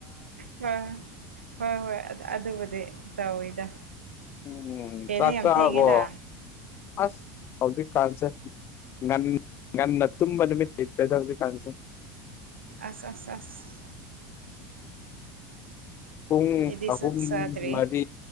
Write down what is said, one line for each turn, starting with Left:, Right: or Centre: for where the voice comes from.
Right: ꯃꯥ ꯍꯣꯢ ꯍꯣꯢ ꯍꯣꯢ ꯑꯗ ꯑꯗꯨꯕꯨꯗꯤ ꯇꯧꯋꯤꯗ
Left: ꯎꯝ
Right: ꯀꯩꯅꯣ
Left: ꯆꯥꯛ
Right: ꯌꯥꯝ
Left: ꯆꯥꯑꯕꯣ
Right: ꯊꯦꯡꯉꯦꯗ
Left: ꯑꯁ ꯍꯧꯖꯤꯛꯀꯥꯟꯁꯦ ꯉꯟ ꯉꯟꯅ ꯇꯨꯝꯕ ꯅꯨꯃꯤꯀꯤ ꯀꯩꯗꯧꯏ ꯀꯥꯟꯁꯦ
Right: ꯑꯁ ꯑꯁ ꯑꯁ
Left: ꯄꯨꯡ
Right: ꯑꯩꯗꯤ
Left: ꯑꯍꯨꯝ
Right: ꯆꯥꯛ ꯆꯥꯗ꯭ꯔꯤ
Left: ꯃꯔꯤ